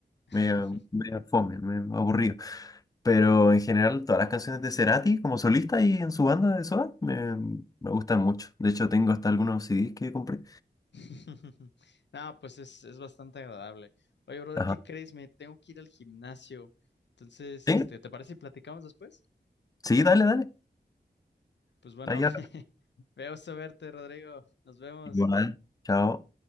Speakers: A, on the left; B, on the left.
A: <laughs>
B: medio, medio fome, medio aburrido. Pero en general, todas las canciones de Cerati como solista y en su banda de Soda me, me gustan mucho. De hecho, tengo hasta algunos CDs que compré.
A: <laughs> No, pues es, es bastante agradable. Oye, brother,
B: Ajá.
A: ¿qué crees? Me tengo que ir al gimnasio. Entonces,
B: ¿Sí?
A: este, ¿te parece si platicamos después?
B: Sí, dale, dale.
A: Pues bueno,
B: Ahí
A: <laughs>
B: habla.
A: veo a verte, Rodrigo. Nos vemos.
B: Igual. Chao.